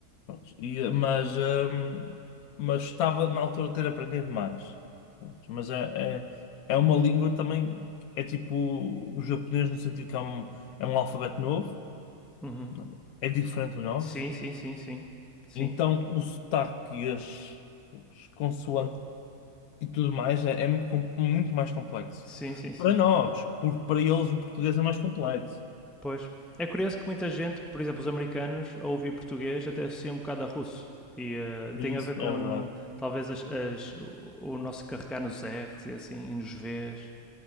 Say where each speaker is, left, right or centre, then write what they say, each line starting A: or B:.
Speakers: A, on the left (about 80°); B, in the centre.
A: Pronto, e- eh, mas, hum, mas estava na altura de ter aprendido mais. Pronto, mas é, é, é uma língua também, é tipo o japonês no sentido que é um, é um alfabeto novo,
B: uhum.
A: não é É diferente do nosso.
B: Sim, sim, sim, sim. Sim,
A: Então o sotaque e as, as consoantes e tudo mais é, é muito, com- muito mais complexo.
B: sim, sim, sim.
A: Para nós, porque para eles o português é mais complexo.
B: Pois. É curioso que muita gente, por exemplo, os americanos, ao ouvir português, até associa um bocado a russo. E eh,
A: E
B: tem
A: Isso,
B: a ver com,
A: é verdade.
B: talvez, as, as- o o nosso carregar nos R's e assim, e nos V's.